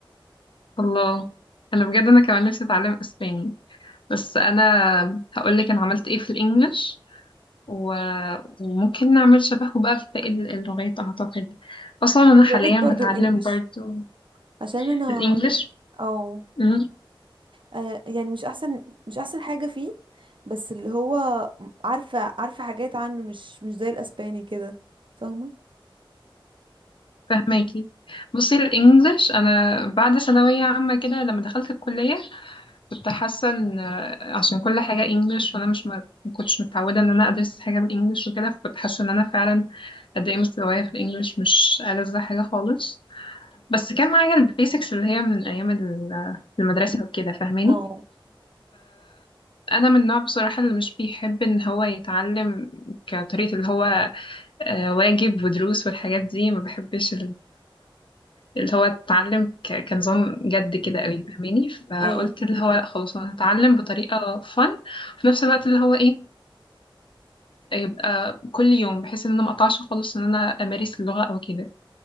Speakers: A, on the left (about 65°); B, on the right (about 65°).
A: الله انا بجد انا كمان نفسي اتعلم اسباني بس انا هقولك انا عملت ايه في الانجليش و... وممكن نعمل شبهه بقى في باقي اللغات اعتقد اصلا انا
B: يا
A: حاليا
B: ريت برضو
A: بتعلم
B: الانجليش
A: برضه
B: عشان انا
A: الانجليش
B: او
A: مم،
B: آه، يعني مش احسن مش احسن حاجة فيه بس اللي هو عارفة عارفة حاجات عنه مش مش زي الاسباني كده فاهمة
A: فهماكي بصي الانجليش انا بعد ثانوية عامة كده لما دخلت الكلية كنت حاسة ان آه، عشان كل حاجة انجلش وانا مش ما ما كنتش متعودة ان انا ادرس حاجة بالانجلش وكده فكنت حاسة ان انا فعلا قد ايه مستوايا في الانجلش مش ألذ حاجة خالص بس كان معايا البيسكس اللي هي من ايام ال- آه، المدرسة وكده فاهماني
B: اه
A: انا من النوع بصراحة اللي مش بيحب ان هو يتعلم كطريقة اللي هو آه، واجب ودروس والحاجات دي ما بحبش اللي هو اتعلم ك- كنظام جد كده قوي فاهماني فقلت
B: ايوه
A: اللي هو لأ خلاص انا هتعلم بطريقه فن في نفس الوقت اللي هو ايه يبقى كل يوم بحيث ان انا ما اقطعش خالص ان انا امارس اللغه او كده